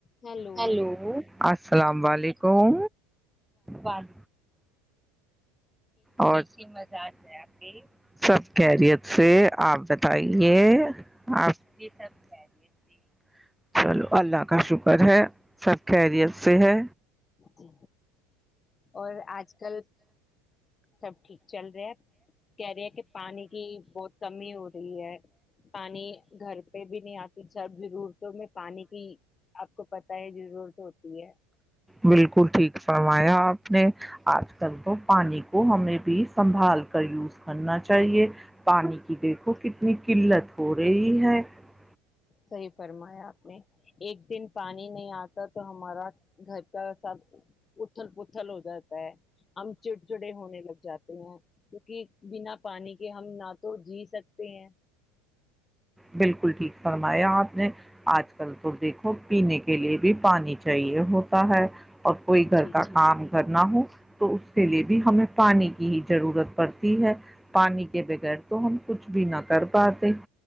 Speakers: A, on the left (about 25°); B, in the centre.
A: hello
B: hello السلام علیکم، وعلیکم السلام اور س مزہ آتا ہے آپ کے سب <unintelligible> خیریت سے آپ بتائیے آپ کی دعا سے سب خیریت سے چلو اللہ کا شکر پر ہے <unintelligible> سب خیریت سے ہے
A: جی اور آج کل سب ٹھیک چل رہا ہے کہہ رہے ہے کہ پانی کی بہت کمی ہو رہی ہے پانی گھر پہ بھی نہیں آتی سب ضرورتوں میں پانی کی آپ کو پتہ ہے ضرورت ہوتی ہے
B: بالکل ٹھیک فرمایا آپ نے آج کل تو پانی کو ہم نے <unintelligible> بھی سنبھال کریوں <unintelligible> کرنا چاہیے پانی کی دیکھو کتنی قلت <unintelligible> ہو رہی ہے <unintelligible>
A: صحیح فرمایا آپ نے <unintelligible> ایک دن پانی نہیں آتا <unintelligible> تو ہمارا گھر کا ساتھ اتھل پھل ہو جاتا ہے ہم چڑچڑے ہونے لگ جاتے ہیں <unintelligible> کیونکہ بنا <unintelligible> پانی کے ہم نہ تو جی سکتے <unintelligible> پ <unintelligible>
B: بالکل ٹھیک فرمایا آپ نے آج کل تو دیکھو پینے کے لیے بھی پانی چاہیے ہوتا ہے <unintelligible> اور کوئی گھر
A: جی
B: کا کام گھر <unintelligible> نہ ہو تو اس کے لیے بھی ہمیں پانی کی ہی ضرورت پڑتی ہے <unintelligible> پانی کے بغیر تو ہم <unintelligible> کچھ بھی نہ کر پاے <unintelligible>